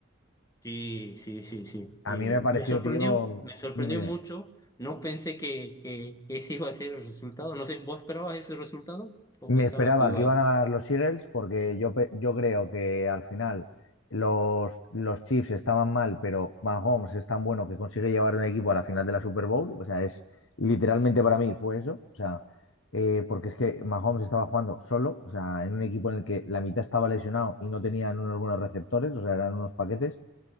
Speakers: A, on the left; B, on the left.
A: Sí, sí, sí, sí.
B: A
A: Eh,
B: mí me pareció,
A: me sorprendió,
B: tío,
A: me sorprendió
B: dime, dime.
A: mucho. No pensé que, que, que ese iba a ser el resultado. No sé, ¿vos esperabas ese resultado o
B: Me
A: pensabas
B: esperaba
A: que iba
B: que iban a ganar los Eagles porque yo, pe- yo creo que al final los, los Chiefs estaban mal, pero Mahomes es tan bueno que consigue llevar un equipo a la final de la Super Bowl. O sea, es literalmente para mí fue eso. O sea, eh, porque es que Mahomes estaba jugando solo, o sea, en un equipo en el que la mitad estaba lesionado y no tenían unos buenos receptores, o sea, eran unos paquetes.